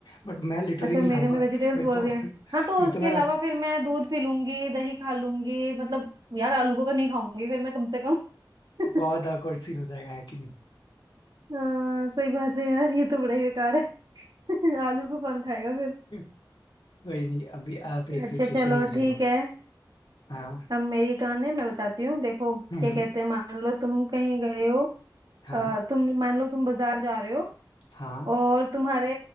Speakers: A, on the left (about 70°); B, on the right (about 65°).
A: बट मैं लिटरली
B: अच्छा
A: नहीं
B: मेरे
A: खाऊंगा
B: में वेजिटेबल्स
A: फिर
B: बोल
A: तो
B: रहे हैं
A: <laughs>
B: हाँ तो
A: फिर
B: उसके
A: तो मैं
B: अलावा
A: बस
B: फिर मैं दूध पी लूंगी दही खा लूंगी मतलब यार आलू को तो नहीं खाऊंगी फिर मैं कम से कम <laughs>
A: बहुत awkward सीन हो जाएगा है कि नहीं
B: हाँ सही बात है यार ये तो बड़ा ही बेकार है <laughs> आलू को कौन खाएगा फिर
A: <laughs> कोई नहीं अभी आप एक
B: अच्छा
A: सिचुएशन
B: चलो
A: मुझे
B: ठीक
A: दो
B: है
A: हाँ
B: अब मेरी टर्न है मैं बताती हूँ देखो क्या
A: हम्म
B: कहते हैं मान लो तुम कहीं गए हो
A: हाँ
B: अ, तुम मान लो तुम बाजार जा रहे हो
A: हाँ
B: और तुम्हारे